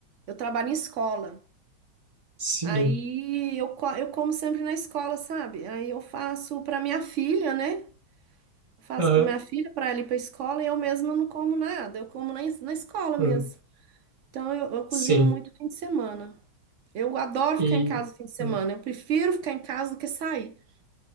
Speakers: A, on the right; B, on the right.
A: Eu trabalho em escola.
B: Sim.
A: Aí eu, co- eu como sempre na escola, sabe? Aí eu faço para minha filha, né? Eu faço
B: Aham.
A: para minha filha, para ela ir para escola e eu mesma não como nada, eu como na, es- na escola mesmo.
B: Hum.
A: Então eu, eu cozinho
B: Sim.
A: muito fim de semana. Eu adoro
B: E.
A: ficar em casa fim de semana.
B: Hum.
A: Eu prefiro ficar em casa do que sair.